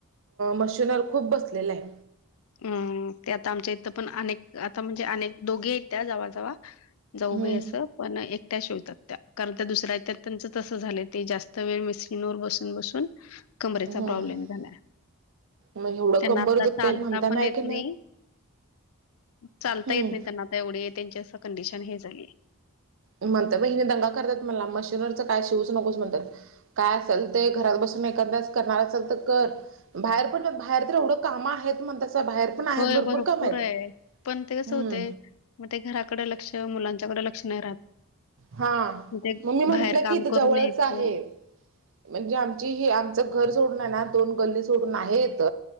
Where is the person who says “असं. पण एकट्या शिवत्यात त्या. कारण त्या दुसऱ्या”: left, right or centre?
Left